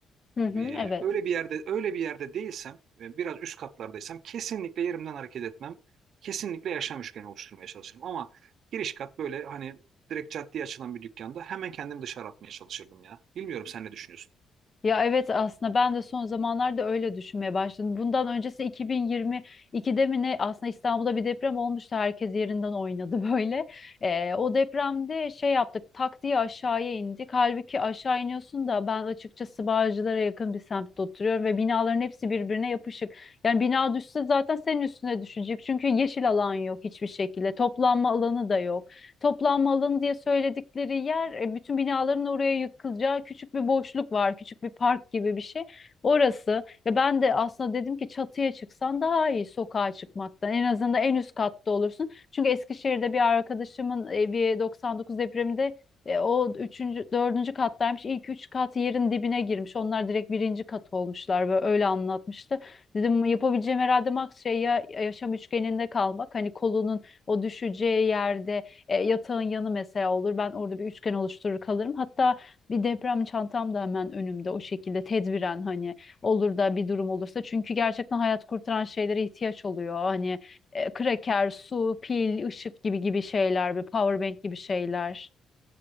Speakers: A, on the left; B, on the right.
A: Hı hı,
B: e,
A: evet.
B: öyle bir yerde öyle bir yerde değilsem e, biraz üst katlardaysam kesinlikle yerimden hareket etmem. Kesinlikle yaşam üçgeni oluşturmaya çalışırım ama giriş kat böyle hani direkt caddeye açılan bir dükkanda hemen kendimi dışarı atmaya çalışırdım ya. Bilmiyorum sen ne düşünüyorsun?
A: Ya evet aslında ben de son zamanlarda öyle düşünmeye başladım. Bundan öncesi 2022'de mi ne aslında İstanbul'da bir deprem olmuştu. Herkes yerinden oynadı <laughs> böyle. Ee, o depremde şey yaptık tak diye aşağıya indik. Halbuki aşağı iniyorsun da ben açıkçası Bağcılar'a yakın bir semtte oturuyorum ve binaların hepsi birbirine yapışık. Yani bina düşse zaten senin üstüne düşecek. Çünkü yeşil alan yok hiçbir şekilde. Toplanma alanı da yok. Toplanma alanı diye söyledikleri yer e, bütün binaların oraya yıkılacağı küçük bir boşluk var. Küçük bir park gibi bir şey. Orası. Ya ben de aslında dedim ki çatıya çıksan daha iyi sokağa çıkmaktan. En azından en üst katta olursun. Çünkü Eskişehir'de bir arkadaşımın evi 99 depreminde e, o üçüncü, dördüncü kattaymış. İlk üç kat yerin dibine girmiş. Onlar direkt birinci kat olmuşlar böyle öyle anlatmıştı. Dedim yapabileceğim herhalde max şey ya yaşam üçgeninde kalmak. Hani kolunun o düşeceği yerde e, yatağın yanı mesela olur. Ben orada bir üçgen oluşturur kalırım. Hatta bir deprem çantam da hemen önümde o şekilde tedbiren hani olur da bir durum olursa. Çünkü gerçekten hayat kurtaran şeylere ihtiyaç oluyor. Hani e, kraker, su, pil, ışık gibi gibi şeyler, bir powerbank gibi şeyler.